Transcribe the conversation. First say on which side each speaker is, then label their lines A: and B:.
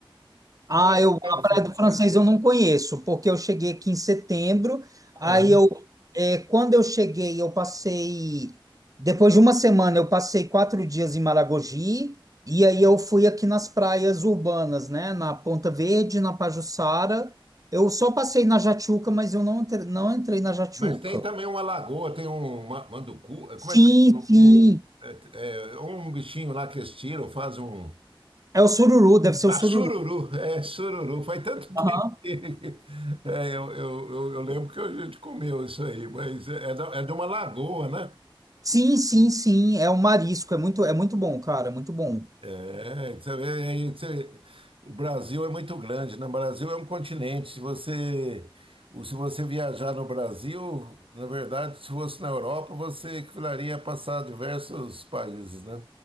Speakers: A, on the right; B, on the right.
A: Ah,
B: Não era
A: eu,
B: a Praia
A: a
B: do
A: Praia
B: Francês?
A: do Francês eu não conheço, porque eu cheguei aqui em setembro, aí
B: Aham.
A: eu, é, quando eu cheguei, eu passei, depois de uma semana, eu passei quatro dias em Maragogi, e aí eu fui aqui nas praias urbanas, né, na Ponta Verde, na Pajuçara, eu só passei na Jatiuca, mas eu não, entre- não entrei na Jatiuca.
B: Mas tem também uma lagoa, tem um ma- manducu, como
A: Sim,
B: é que um,
A: sim,
B: é, é, um bichinho lá que eles tiram, faz um.
A: é o sururu, deve ser
B: Ah,
A: o sururu.
B: sururu, é, sururu. Faz tanto tempo
A: Aham.
B: que. <laughs> É, eu, eu, eu, eu lembro que a gente comeu isso aí, mas é, é da- é de uma lagoa, né?
A: Sim, sim, sim, é o marisco, é muito, é muito bom, cara, é muito bom.
B: É, você vê, aí você- o Brasil é muito grande, né? O Brasil é um continente. Se você, o- se você viajar no Brasil, na verdade, se fosse na Europa, você precisaria passar diversos países, né?